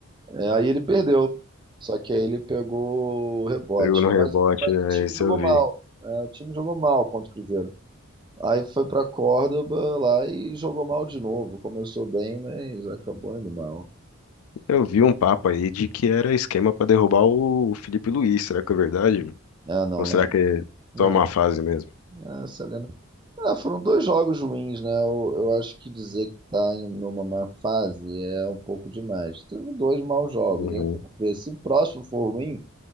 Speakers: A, on the right; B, on the left.
A: É, aí ele perdeu. Só que aí ele pegou o rebote,
B: Pegou no
A: né?
B: rebote,
A: Mas, mas
B: né?
A: o time
B: Isso
A: jogou
B: eu vi.
A: mal. né? o time jogou mal contra o Cruzeiro. Aí foi pra Córdoba lá e jogou mal de novo. Começou bem, mas acabou indo mal.
B: Eu vi um papo aí de que era esquema pra derrubar o Felipe Luiz, será que é verdade?
A: Ah, não
B: Ou será
A: lembro.
B: que é
A: Não,
B: só uma fase mesmo?
A: é, essa Ah, foram dois jogos ruins, né? Eu, eu acho que dizer que tá em numa má fase é um pouco demais. Teve dois maus jogos,
B: Uhum.
A: aí vamos ver. Se o próximo for ruim,